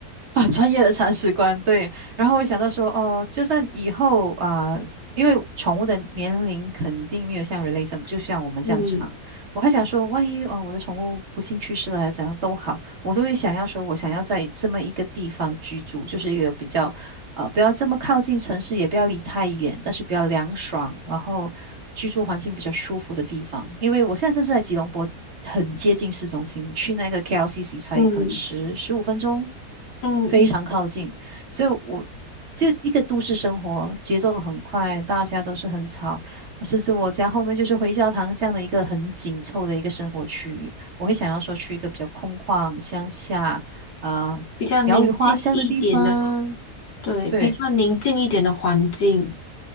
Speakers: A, on the right; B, on the left.
A: 啊，专业的铲屎官，对。然后我想到说，哦，就算以后啊、因为宠物的年龄肯定没有像人类这么，就像我们这样长。
B: 嗯
A: 我还想说，万一啊、呃我的宠物不幸去世了，还是怎样都好，我都会想要说，我想要在这么一个地方居住，就是一个比较啊，不要这么靠近城市，也不要离太远，但是比较凉爽，然后居住环境比较舒服的地方。因为我现在这是在吉隆坡，很接近市中心，去那个 KLCC 才可能十十五分钟，
B: 嗯嗯嗯，
A: 非常靠近。所以我就一个都市生活，节奏很快，大家都是很吵，甚至我家后面就是回教堂这样的一个很紧凑的一个生活区域，我会想要说去一个比较空旷、乡下，啊，
B: 比较宁静一点的，
A: 鸟语花香的地方。
B: 对，
A: 对，
B: 比较宁静一点的环境，